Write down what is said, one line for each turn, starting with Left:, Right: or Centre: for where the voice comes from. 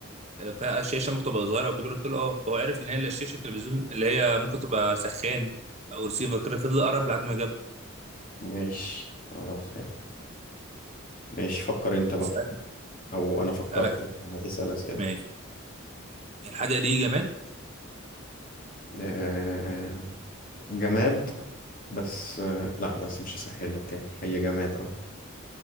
Right: فالشاشه ممكن تبقى صغيره او كبيره قلت له اه فهو عرف ان هي لا شاشه التلفزيون اللي هي ممكن تبقى سخان او ريسيفر كده فضل قرب لحد ما جاب
Left: ماشي خلاص حلو ماشي فكر انت بقى
Right: اسالك
Left: او انا فكرت
Right: اسالك
Left: اسأل اسئلة
Right: ماشي الحاجه دي جماد
Left: آه، جماد بس آه، لا بس مش هسهل لك تاني هي جماد اه